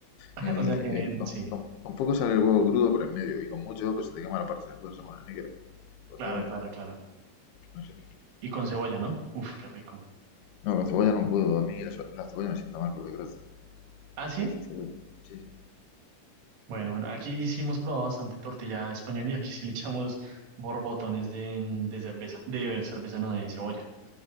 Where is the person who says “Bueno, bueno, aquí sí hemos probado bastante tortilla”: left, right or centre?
Right